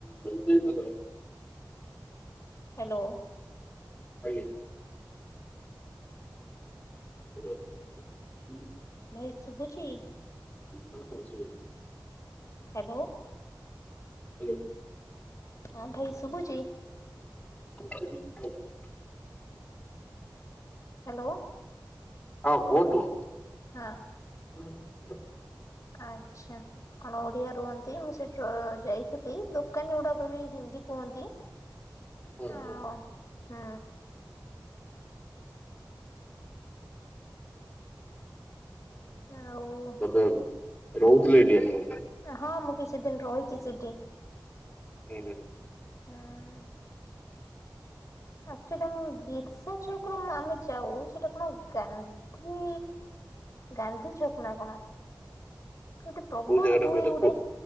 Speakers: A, on the left; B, on the left.
A: ସେ ତାର
B: ହ୍ୟାଲୋ।
A: ଆଜ୍ଞା। ହ୍ୟାଲୋ
B: ଭାଇ ଶୁଭୁଛି?
A: ହଁ ହଁ ଶୁଭୁଚି।
B: ହ୍ୟାଲୋ।
A: ହ୍ୟାଲୋ।
B: ହଁ ଭାଇ ଶୁଭୁଛି?
A: ଆ <unintelligible>
B: ହ୍ୟାଲୋ।
A: ହଁ କୁହନ୍ତୁ।
B: ହଁ।
A: <inaudible>
B: ଆଚ୍ଛା, ଅଣ ଓଡିଆ ରୁହନ୍ତି ମୁଁ ସେଠି ଯାଇଥିଲି ଦୋକାନୀ ଗୁଡାକ ବି ହିନ୍ଦ୍ ହିନ୍ଦୀ କୁହନ୍ତି।
A: ହୁଁ-ହୁଁ।
B: ଆଉ ହୁଁ ଆଉ
A: ଏବେ ରହୁଥିଲେ ଏଠି ଆପଣ?
B: ହଁ ମୁଁ କିଛି ଦିନ ରହିଚି ସେଠି।
A: ହୁଁ-ହୁଁ।
B: ହୁଁ ଉଁ-ଉଁ-ଉଁ ଆକ୍ଚୂଆଲି ମୁଁ ବିର୍ସା ଛକରୁ ଆମେ ଯାଉ ସେଟା କଣ ଗାନ୍ଧୀ, ଗାନ୍ଧୀ ଛକ୍ ନା କଣ ଗୋଟେ ପ୍ରବଳ
A: କୋଉ ଜାଗା ଟା
B: ଧୂଳି
A: କହିଲେ
B: ଉଡେ।